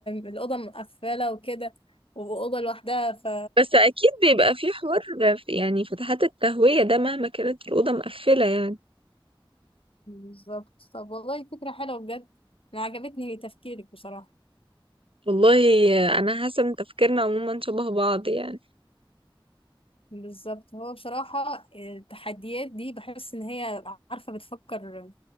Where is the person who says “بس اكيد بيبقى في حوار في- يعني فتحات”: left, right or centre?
Right